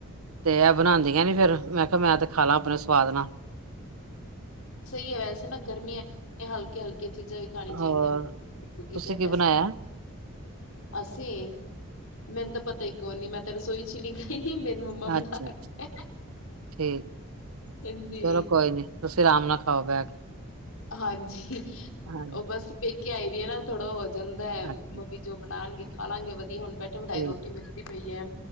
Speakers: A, on the right; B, on the left.
A: ਤੇ ਬਣਾਉਂਦੀ ਫਿਰ ਮੈਂ ਕਿਹਾ ਮੈਂ ਤੇ ਖਾ ਲਾ ਆਪਣੇ ਸਵਾਦ ਨਾ
B: ਸਹੀ ਹੈ ਵੈਸੇ ਨਾ ਗ਼ਰਮੀਆਂ ਹਲਕੇ ਹਲਕੇ ਚੀਜ਼ਾਂ ਵੀ ਖਾਣੀ ਚਾਹੀਦੀਆਂ
A: ਹੋਰ
B: ਨੇ
A: ਤੁਸੀਂ
B: ਵੈਸੇ
A: ਕੀ ਬਣਾਇਆ
B: ਅਸੀਂ ਮੈਨੂੰ ਤਾਂ ਪਤਾ ਈ ਕੌ ਨੀ ਮੈਂ ਤਾਂ ਰਸੋਈ ਚ ਨੀ ਗਈ ਮੇਰੀ ਮੰਮਾ ਬਣਾ
A: ਅੱਛਾ
B: ਕੇ,
A: ਠੀਕ
B: ਹਾਂਜੀ
A: ਚਲੋ ਕੋਈ ਨੀ ਤੁਸੀਂ ਆਰਾਮ ਨਾਲ ਖਾਓ ਬਹਿ ਕੇ
B: ਹਾਂਜੀ
A: ਹਾਂਜੀ
B: ਉਹ ਬਸ ਭੇ ਆਈ ਦੀਆਂ ਨਾ ਥੋੜਾ ਬਹੁਤ ਜਾਂਦਾ ਹੈ।
A: ਅੱਛਾ
B: ਮੰਮੀ ਜੋ ਬਣਾਉਣਗੇ ਖਾ ਲਾਗੇ ਹੁਣ ਬੈਠੇ ਬਿਠਾਏ
A: ਠੀਕ
B: ਰੋਟੀ ਮਿਲਦੀ ਪਈ ਹੈ।